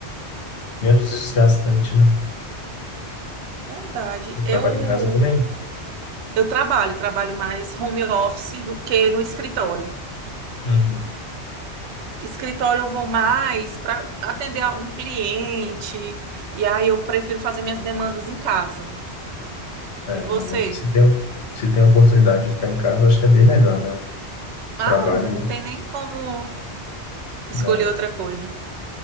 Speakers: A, on the left (about 70°); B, on the right (about 80°).
A: menos desgastante, né?
B: Verdade.
A: Eu trabalho
B: Eu,
A: em casa também.
B: eu trabalho, trabalho mais home office do que no escritório.
A: Uhum.
B: escritório eu vou mais para atender algum cliente, e aí eu prefiro fazer minhas demandas em casa.
A: É,
B: E você?
A: não é. Se tem, se tem a oportunidade de ficar em casa, eu acho que é bem melhor, né? O
B: Ah,
A: trabalho,
B: não tem nem como escolher
A: né?
B: outra coisa.